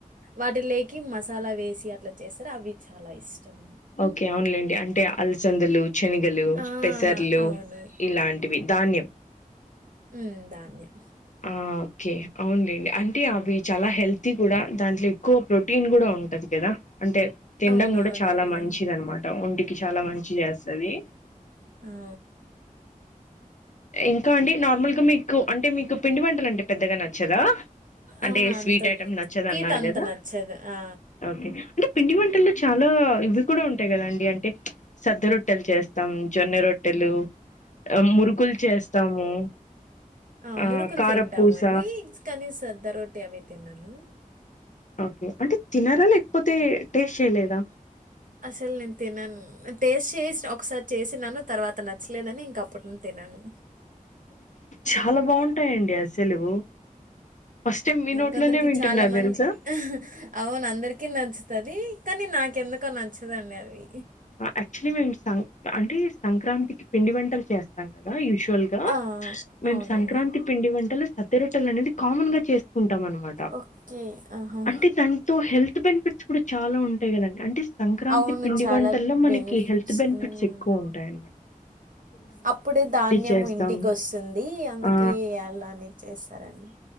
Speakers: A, on the right; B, on the left.
A: వాటిలేకి మసాలా వేసి అట్ల చేస్తార్ అవి చాలా ఇష్టం.
B: కే అవున్లెండి అంటే అల్సందులు, శనగలు,
A: ఆ!
B: పెసర్లు
A: అవును.
B: ఇలాంటివి ధాన్యం
A: మ్ ధాన్యా
B: ఆ ఓకే అవున్లెండి అంటే అవి చాలా హెల్తీ కూడా దాంట్ల ఎక్కువ ప్రోటీన్ గుడా ఉంటది కదా అంటే తిండం
A: అవునవునండి.
B: కూడా చాలా మంచిది అన్నమాట ఒంటి కి చాలా మంచి చేస్తది.
A: అ
B: ఇంకా అండి నార్మల్గా మీకు అంటే మీకు పిండి వంటలంటే పెద్దగా నచ్చదా అంటే
A: ఆ! అంత
B: స్వీట్ ఐటెమ్ నచ్చదన్నారు
A: స్వీట్ అంత
B: కదా
A: నచ్చదు. ఆ!
B: ఓకే అంటే పిండి వంటల్లో చాలా ఇవి కూడా ఉంటాయి కదండి అంటే సజ్జ రొట్టెలు చస్ అ జొన్న రొట్టెలు మురుకులు చేస్తాము
A: అ
B: ఆహ్,
A: మురుకులు
B: కారపూస
A: తింటామండి కనీ సద్ద రోట్టె అవి తినను
B: ఓకే అంటే తినరా లేకపోతే టేస్ట్ చేయలేదా
A: అసలు నేను తినన్ టేస్ట్ చేస్ ఒకసారి చేసినాను తర్వాత నచ్చలేదని ఇంక అప్పటి ను తి నను
B: చాలా బాగుంటాయండి అసలు ఫస్ట్ టైం మీ నోట్లోనే
A: కొందరికి
B: వింటున్నా
A: చాలా మంది
B: తెలుసా
A: అవును అందరికి నచ్ తది కానీ నాకెందుకొ నచ్చదండి అది
B: యాక్చులీ మేమ్ సం అంటే సంక్రాంతికి పిండి వంటలు చేస్తాం కదా యూువల్ గా
A: ఆ!
B: మేము
A: అవునండి.
B: సంక్రాంతి పిండి వంటలు సద్దరొట్టెలు అనేది కామన్ గా చేసుకుంటాం అనమాట
A: ఓకే. ఆహా!
B: అంటే దానితో హెల్త్ బెనిఫిట్స్ కూడా చాలా ఉంటాయి కదండి అంటే సంక్రాంతి
A: అవును.
B: పిండి
A: చాలా
B: వం మనకి
A: బెనిఫిట్స్.
B: హెల్త్ బెనిఫిట్స్
A: హ్మ్.
B: ఎక్కువ ఉంటాయ
A: అప్పుడే ధాన్యము
B: చేస్తాం
A: ఇంటికి వస్తుంది అందుకే
B: ఆ
A: అలానే చేస్తారండి